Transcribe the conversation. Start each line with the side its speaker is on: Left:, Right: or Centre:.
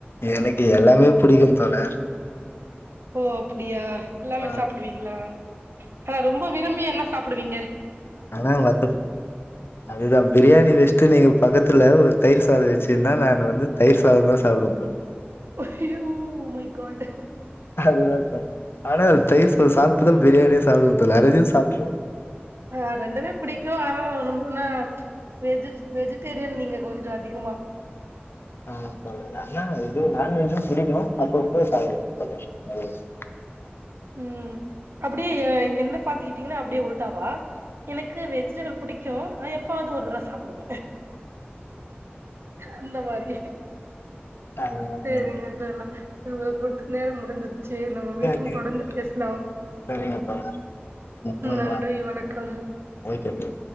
Left: எனக்கு எல்லாமே புடிக்கு தோழர்
Right: ஓ அப்புடியா எல்லாமே
Left: ஆ
Right: சாப்டுவிங்ளா ஆ ரொம்ப விரும்பி என்ன சாப்பிடுவிங்க
Left: அத வத்து அதுதா பிரியாணி வெச்ட்டு நீங்க பக்கத்துல ஒரு தயிர் சாதோ வச்சிருந்தா நானு வந்து தயிர் சாதந்தா சாப்டுவ தோழி
Right: அய்யோ மை காட்
Left: அதுதா சொன்ன ஆனா தயிர் சாதோ சாப்ட்டுதா பிரியாணியே சாப்டுவ தோழர் <unintelligible> சாப்ட்ருவ
Right: ஆ ரெண்டுமே பிடிக்கு ஆனா ரொம்பமே வெஜ் வெஜிடேரியன் நீங்க கொஞ்சோ அதிகமா
Left: ஆ தோழர் ஆனா இது நான்வெஜு புடிக்கு அப்பப்ப சாப்டுவ <unintelligible>
Right: ம் அப்டியே என்ன பாத்துக்கிட்டிங்னா அப்டியே உல்ட்டாவா எனக்கு வெஜிடபிள் புடிக்கு ஆனா எப்பாவுது ஒரு தடவ சாப்பிடுவ அந்த மாரி
Left: அதுதா
Right: செரிங்க
Left: தோழர்
Right: தோழா நம்முளுக்கு குடுத்த நேரோ முடிஞ்சது சேரி நம்ம
Left: சரிங்க
Right: மீண்டு
Left: தோழர்
Right: ந்து பேசலாம்
Left: சரிங்க தோழர் நம்ம-
Right: நன்றி வணக்கம்
Left: ஓகே தோழர்